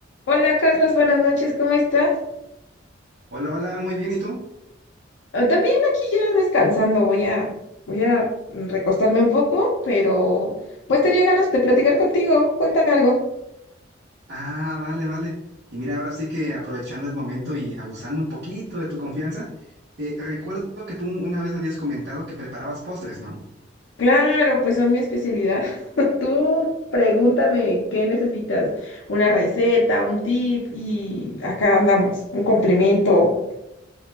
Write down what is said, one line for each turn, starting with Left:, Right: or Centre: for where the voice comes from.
Left: Hola Carlos, buenas noches, ¿cómo estás?
Right: Hola, hola, muy bien, ¿y tú?
Left: Ah, También aquí ya descansando, voy a, voy a recostarme un poco, pero pues tenía ganas de platicar contigo, cuéntame algo.
Right: Ah, vale, vale. Y mira, ahora sí que aprovechando el momento y abusando un poquito de tu confianza, eh, recuerdo que tú una vez me habías comentado que preparabas postres, ¿no?
Left: Claro, pues son mi especialidad. <laughs> Tú pregúntame qué necesitas, una receta, un tip y acá andamos, un complemento.